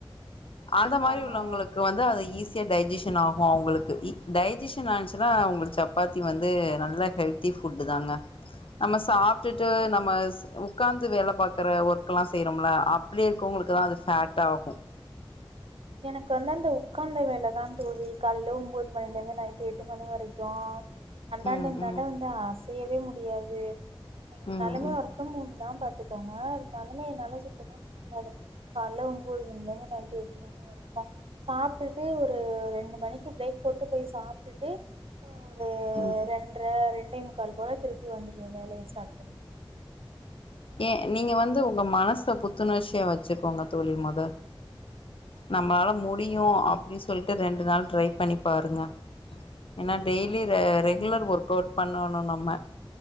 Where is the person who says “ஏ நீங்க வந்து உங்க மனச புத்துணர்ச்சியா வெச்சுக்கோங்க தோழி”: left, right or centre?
Left